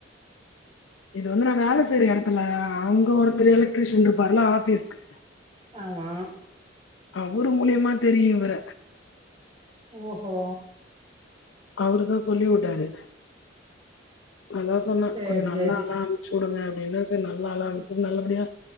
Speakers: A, on the left; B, on the right.
A: இது வந்து நா வேல செய்ற எடத்துல அங்க ஒருத்தர் எலக்ட்ரிஷியன் இருப்பார்ல ஆபீஸ்க்கு
B: ஆமா
A: அவுரு மூலியுமா தெரியு இவர
B: ஓஹோ
A: அவுருதா சொல்லி உட்டாரு நாதா சொன்னே
B: சேரி
A: கொஞ்சோ நல்ல
B: சேரி
A: ஆளா அம்ச்சு உடுங்க அப்டின் சரி நல்லா ஆளா அம்ச்சு நல்லபடியா